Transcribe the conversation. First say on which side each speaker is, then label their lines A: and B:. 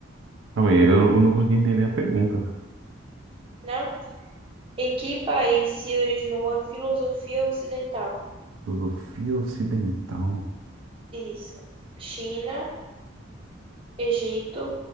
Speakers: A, on the right; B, on the right.
A: Calma aí, eu, eu não consegui entender a pergunta.
B: Não? Em que país se originou a filosofia ocidental?
A: Filosofia ocidental.
B: Isso, China, Egito,